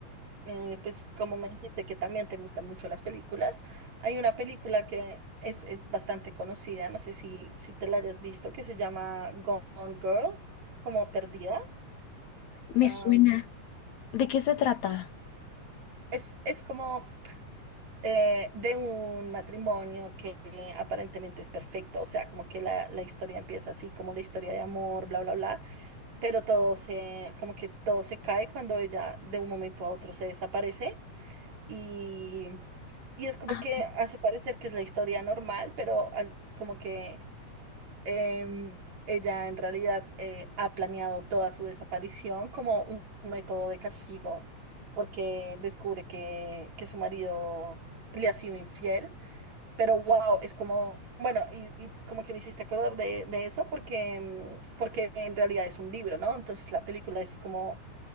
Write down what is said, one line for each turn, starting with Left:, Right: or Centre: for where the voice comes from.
Right: eh, pues como me dijiste que también te gustan mucho las películas, hay una película que es, es bastante conocida, no sé si, si te la hayas visto, que se llama Gone Girl, como Perdida.
Left: Me
Right: Am,
Left: suena. ¿De qué se trata?
Right: es, es como eh, de un matrimonio que aparentemente es perfecto, o sea, como que la, la historia empieza así, como la historia de amor, bla, bla, bla, pero todo se, como que todo se cae cuando ella de un momento a otro se desaparece y, y es como
Left: Ah,
Right: que hace parecer que es la historia normal, pero al- como que em, ella en realidad eh, ha planeado toda su desaparición como un método de castigo, porque descubre que, que su marido le ha sido infiel. Pero wow, es como, bueno, y, y como que me hiciste acordar de, de eso, porque, em, porque en realidad es un libro, ¿no? Entonces la película es como,